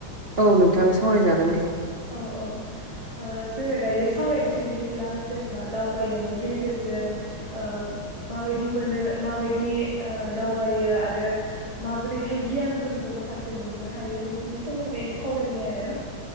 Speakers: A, on the right; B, on the right.
A: औ नोंथां सावरायजागोन दे।
B: औ औ आ जोङो दायो सावरायनोसै बिदिब्ला जेनेबा दावबायनायनि गेजेरजों ओ माबायदि मोनो माबायदि ओ दावबायो आरो माबोरैहाय गियानफोरबो माखासे मोननो हायो। बेफोरनि सोमोन्दै सावरायनि आरो